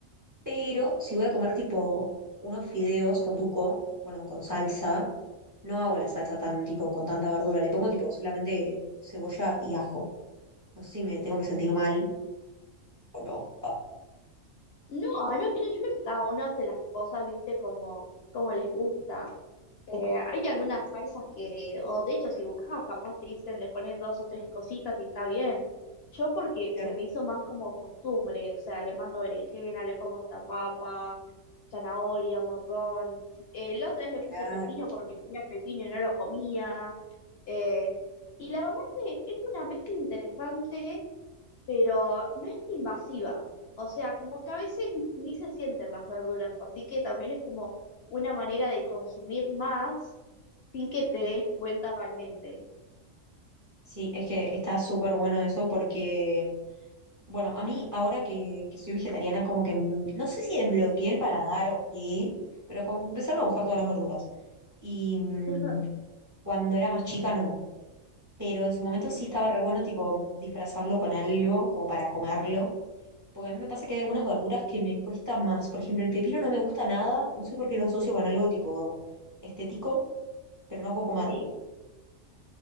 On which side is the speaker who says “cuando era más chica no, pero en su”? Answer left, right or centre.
Right